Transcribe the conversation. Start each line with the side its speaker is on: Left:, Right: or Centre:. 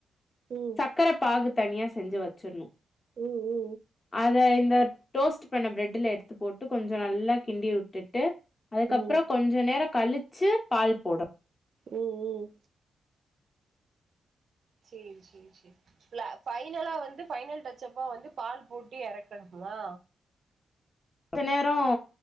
Right: ம்
Left: க்ர பாகு தனியா செஞ்சு வச்சிட்ணு
Right: ம் ம்
Left: அத இந்த டோஸ்ட்டு பண்ண ப்ரெட்டுல எடுத்து போட்டு கொஞ்சோ நல்லா கிண்டி உட்டுட்டு அதுக்கப்றோ
Right: ம்
Left: கொஞ்ச நேரோ கழிச்சி பால் போட
Right: ம் ம் சேரி சேரி சே ல ஃபைனலா வந்து பைனல் டச்சப்பா வந்து பால் போட்டு எறக்கணுமா
Left: ஞ்ச நேரோ